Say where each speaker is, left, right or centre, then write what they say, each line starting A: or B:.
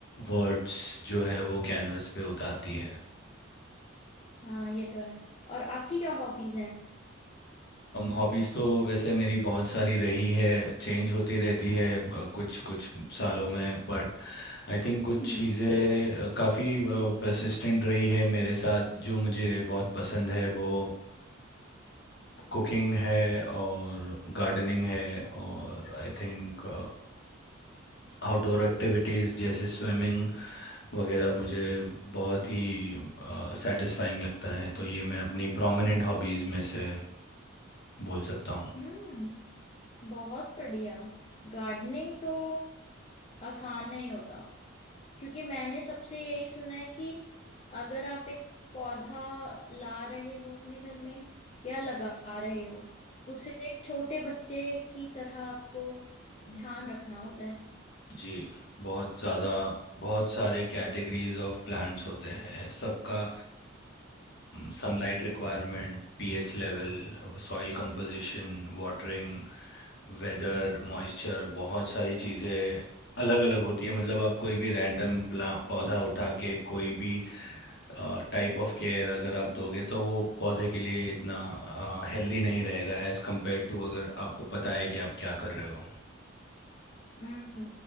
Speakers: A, on the left; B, on the left.
A: वर्ड्स जो है वो कैनवस पे उतारती हैं
B: हाँ ये तो है और आपकी क्या हॉबीज हैं
A: हॉबीज़ तो वैसे मेरी बहुत सारी रही है चेंज होती रहती है ब- कुछ कुछ सालों में बट आई थिंक कुछ
B: <laughs>
A: चीज़ें काफ़ी परसिस्टेंट रही है मेरे साथ जो मुझे बहुत पसंद है वो कुकिंग है और गार्डनिंग है और आई थिंक आउटडोर एक्टिविटीज़ जैसे स्विमिंग वगैरह मुझे बहुत ही सेटिस्फाइंग लगता है तो ये मैं अपनी प्रोमिनेंट हॉबीज़ में से बोल सकता हूँ
B: हम्म बहुत बढ़िया गार्डनिंग तो आसान नहीं होता क्योंकि मैंने सबसे यही सुना है कि अगर आप एक पौधा ला रहे हो अपने घर में या लगा रहे हो उसे एक छोटे बच्चे की तरह आपको ध्यान रखना होता है
A: जी बहुत ज़्यादा बहुत सारे कैटेगरीज ऑफ प्लांट्स होते हैं सबका sunlight requirement pH level soil composition watering weather moisture बहुत सारी चीज़ें अलग अलग होती है मतलब आप कोई भी रैंडम प्ला पौधा उठा के कोई भी टाइप ऑफ केयर अगर आप दोगे तो वो पौधे के लिए इतना हेल्दी नहीं रहेगा एज कंपेयर टू अगर आपको पता है कि आप क्या कर रहे हो
B: हम्म